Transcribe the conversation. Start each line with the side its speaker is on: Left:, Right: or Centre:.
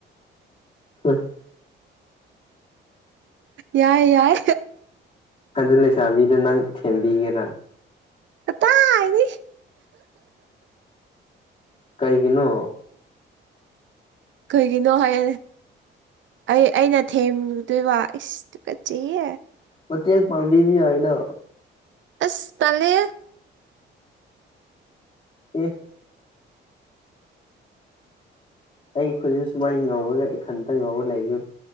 Left: <unintelligible>
Right: ꯌꯥꯏ ꯌꯥꯏ
Left: <unintelligible> ꯗ ꯂꯩꯁꯥꯕꯤꯗ ꯅꯪ ꯊꯦꯝꯕꯤꯒꯦꯔꯥ
Right: ꯀꯇꯥꯏꯗꯤ <unintelligible>
Left: ꯀꯩꯒꯤꯅꯣ
Right: ꯀꯩꯒꯤꯅꯣ ꯍꯥꯏꯌꯦ ꯑꯩ ꯑꯩꯅ ꯊꯦꯝꯨꯗꯣꯏꯕ ꯏꯁꯇ ꯀꯆꯤꯌꯦ
Left: ꯃꯇꯦꯡ ꯄꯥꯡꯕꯤꯕ ꯌꯥꯏꯅ
Right: ꯑꯁ ꯇꯂꯦ
Left: ꯏ ꯑꯩ ꯈꯨꯖꯤꯛ ꯁꯨꯃꯥꯏꯅ ꯉꯧꯔꯒ ꯏꯊꯟꯇ ꯉꯧꯔ ꯂꯩꯕ